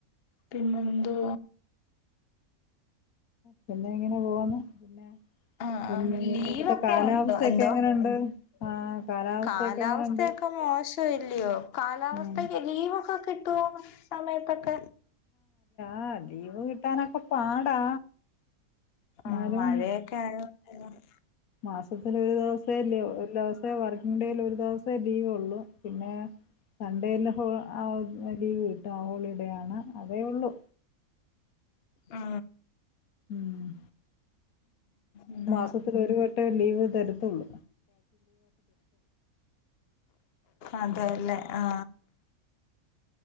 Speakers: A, on the left (about 50°); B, on the left (about 80°).
A: പിന്നെന്തോ?
B: പിന്നെ ഇങ്ങനെ പോവാന്ന് പിന്നെ.
A: ആ- ആ
B: പിന്നെ
A: ലീവൊക്കെ
B: അവിടുത്തെ കാലാവസ്ഥയൊക്കെ
A: ഉണ്ടോ എന്തോ
B: എങ്ങനെയുണ്ട് ആഹ് കാലാവസ്ഥയൊക്കെ
A: കാലാവസ്ഥയൊക്കെ
B: എങ്ങനെയുണ്ട്?
A: മോശം. ഇല്ലയോ കാലാവസ്ഥക്ക്
B: ഉം
A: ലീവൊക്കെ കിട്ടുവോ സമയത്തൊക്കെ?
B: ആ ലീവ് കിട്ടാനൊക്കെ പാടാ. എന്നാലും
A: ആഹ് മഴയൊക്കെ ആയോണ്ട്
B: മാസത്തി ഒരു ദിവസേല്ലോ ഒരുദിവസ- ത്തെ വർക്കിംഗ് ഡേൽ ഒരു ദിവസേ ലീവ ഉള്ളു പിന്നെ. സൺഡേല്ലെ ഹോ ആ ലീവ് കിട്ട് ആ ഹോളിഡേ ആണ് അതേ ഉള്ളു.
A: ആ
B: മ്
A: എന്താ
B: മാസത്തി ലൊരു വട്ടെ ലീവ് തരത്തുള്ളു.
A: അതെല്ലേ
B: ഉം.
A: ആ